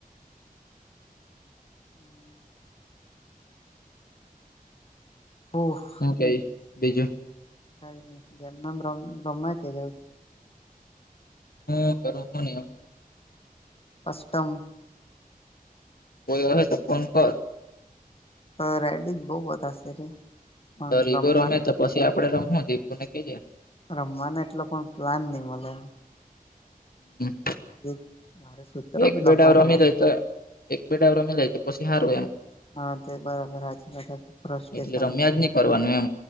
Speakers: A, on the left; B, on the left.
A: હમ. હ.
B: હું કઈશ બીજું.
A: ક નને ગમમ બ્રમ્ કે જ <unintelligible>
B: હું ઘર હો <unintelligible>
A: કસ્ટમ
B: કોઈ હ તો ફોન કર.
A: સર રડિક બહુ બતા હશે રે <unintelligible> પણ
B: તો રીગો
A: રમવા
B: રમે તો પછી આપડે રમો દીપુ ને કહીજ.
A: રમવાનો એટલો પણ પ્લાન નહી મળે
B: હમ. <unintelligible>
A: એક મારે <unintelligible>
B: એક
A: લખવાના
B: બેડ આવ રમી
A: બાકી
B: જાય તો એક બેડ રમી લ તો પછી સારવું એમ.
A: હા તે બરાબર હજબત ફસ્ટેશન
B: એટલે રમ્યા જ નહી કરવાનું એમ